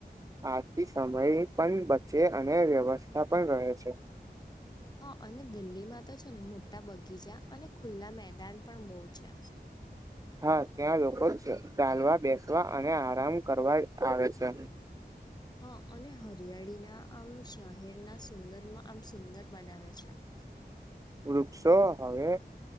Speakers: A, on the right; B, on the left.
A: આથી સમય પણ બચે અને વ્યવસ્થા પણ રહે છે.
B: હા અને દિલ્હીમાં તો છે ને મોટા બગીચા અને ખુલ્લા મેદાન પણ બહુ છે.
A: હા ત્યાં લોકો ચ ચાલવા બેસવા અને આરામ કરવા આવે છે.
B: હા અને હરિયાળી ના આમ શહેરના સુંદરમાં આમ સુંદર બનાવે છે. <inaudible>
A: વૃક્ષો હવે